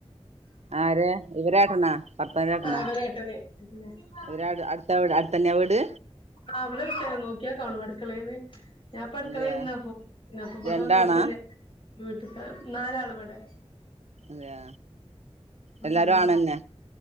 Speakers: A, on the right (about 85°); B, on the left (about 55°).
A: ആര് ഇവരാരുന്നോ ഭർത്താവിന്റെ വീട്ടീന്നോ
B: ആ ഇവരെ ഏട്ടന് ആഹ് ഇവരേട്ടന്
A: ഇവരാട് അട് എവിടെ അടുത്തന്നയാ വീട്
B: ആ അവിടെ അടുത്ത നോക്കിയാ കാണും അടുക്കളേന്ന് ഞാപ്പോ അടുക്കലേരുന്ന
A: അതെയാ
B: അപ്പോ ഞാപ്പോ ബ്ട്ന്നണ്ട്
A: രണ്ടാണാ
B: നോക്കിയന്ന് വീട്ട്ത്ത നാലാള് ഇവടെ
A: അതെയാ എല്ലാരും
B: രണ്ട്
A: ആണന്നെ